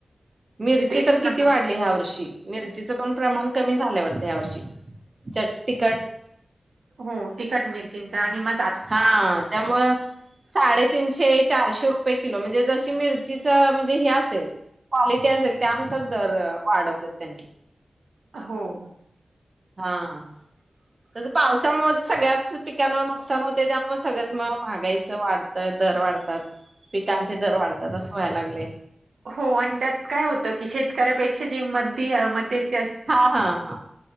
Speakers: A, on the right; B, on the right.
A: मिरची
B: तेच
A: तर किती
B: ना मग
A: वाढली ह्या वर्षी. मिरचीचं पण प्रमाण कमी झालय वाटतं ह्या वर्षी चट टिकट
B: हो, तिखट मिरचींचा आणि मस
A: हा त्यामुळं साडेतीनशे चारशे रुपये किलो म्हणजे जशी मिर चीच म्हणजे हे असेलं क्वालिटी असेलं त्यानुसार दर वाढवलेत त्यांनी.
B: हो हो.
A: हा. तसं पावसामुळेच सगळ्यात पिकांवर नुकसान होतय, त्यामुळे सगळंच महागाईच वाढतं, दर वाढतात, पिकांचे दर वाढतात असं व्हायला लाग
B: हो आणि त्यात काय होत की शेतकऱ्यापेक्ष जी मधी आ मध्यस्थ
A: हा ह ह